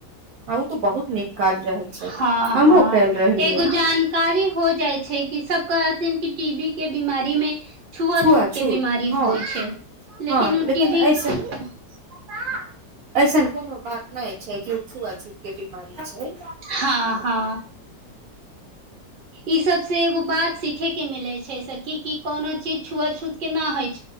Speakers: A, on the right; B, on the right.
A: त बहुत नीक काज रहल छै
B: हँ
A: हमहुँ
B: हँ
A: कयल रहलियै
B: एगो जानकारी हो जाइ छै कि सब कहथिन कि टी बी के बीमारी टीमे छुआछूत
A: छुआ
B: के
A: छूत
B: बीमारी
A: हँ
B: होइ छै लेकिन
A: हँ
B: ओ टी भी आ
A: ऐसन ऐसन कोनो बात नहि छै कि छुआ के बीमारी छै
B: हँ हँ इ सब से एगो बात सीखे के मिले छै से की की कोनो चीज छुआ छूत के न होइ छै